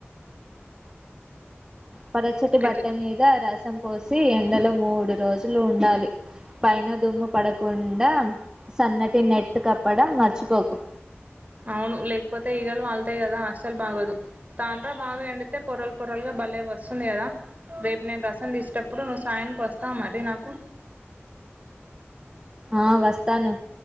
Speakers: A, on the right; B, on the right.
A: పరచటి బట్ట
B: అట్లా
A: మీద రసం పోస్త సి ఎండలో మూడు రోజులు ఉండాలి పైన దుమ్ము పడకుండా సన్నటి నెట్ కప్పడం మర్చిపోకు
B: అవును లేకపోతే ఈగలు వాళ్తాయి కదా అస్సలు బాగోదు తాండ్రా బాగా ఎండితే పొరల్ పొరలు గా భలే వస్తుంది కదా రేపు నేను రసం తీసేటప్పుడు నువ్వు సాయానికి వస్తావు మరి నాకు
A: ఆ వస్తాను